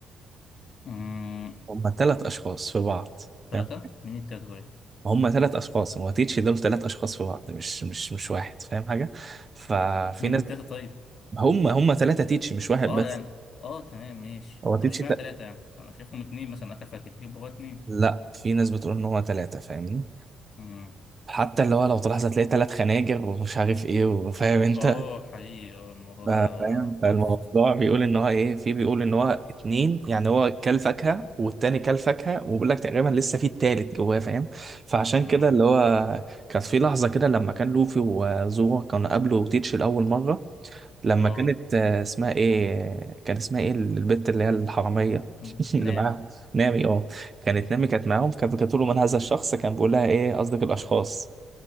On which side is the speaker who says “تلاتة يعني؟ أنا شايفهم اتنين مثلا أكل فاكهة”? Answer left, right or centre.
Left